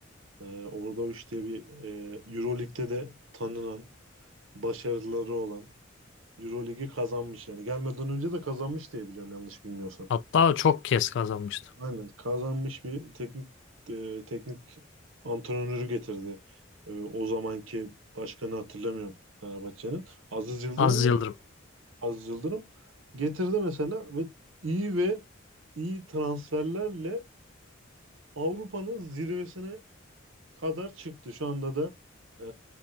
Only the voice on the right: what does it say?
Ee, Obradoviç diye bir e, Euroleague'de de tanınan, başarıları olan Euroligi kazanmış yani. Gelmeden önce de kazanmış diye biliyorum yanlış bilmiyorsan.
Aynen kazanmış bir teknik e, teknik antrenörü getirdi. E, o zamanki başkanı hatırlamıyorum Fenerbahçe'nin. Aziz Yıldırım
mıydı?
Aziz Yıldırım getirdi mesela ve iyi ve iyi transferlerle Avrupa'nın zirvesine kadar çıktı. Şu anda da e,